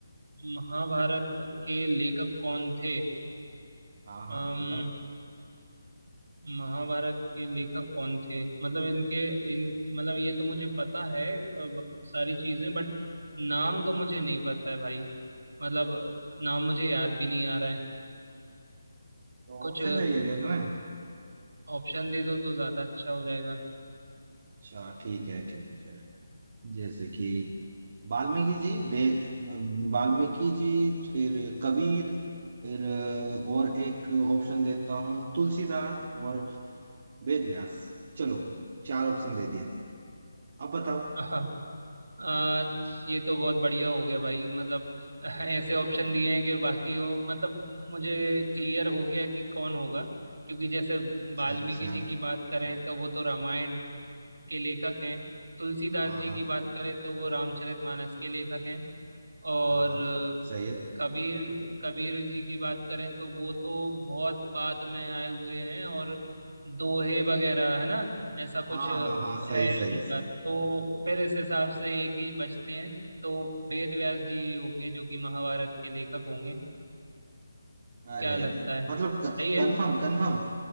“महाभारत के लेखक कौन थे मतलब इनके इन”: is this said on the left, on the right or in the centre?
Right